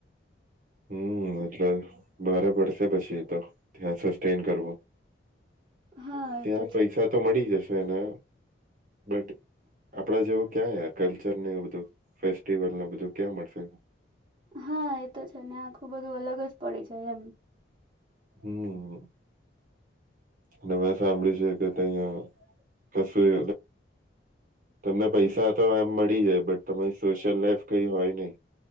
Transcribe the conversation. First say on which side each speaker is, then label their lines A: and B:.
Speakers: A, on the right; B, on the right.
A: હમ્મ એટલે ભારે પડશે પછી તો ત્યાં સસ્ટેન કરવું.
B: હા
A: ત્યાં
B: એ તો
A: પૈસા
B: છે
A: તો મળી જ અને બટ આપડા જેવો ક્યાં કલ્ચર ને એ બધું ફેસ્ટિવલને બધું ક્યાં મળશે.
B: હા એ તો છે ને આખું બધું અલગ જ પડી જાય એમ.
A: હમ્મ અને મે સાંભળ્યું છે કે તમે કશું તમને પૈસા તો એમ મળી જાય બટ તમારી સોશિયલ લાઈફ કઈ હોય નહી.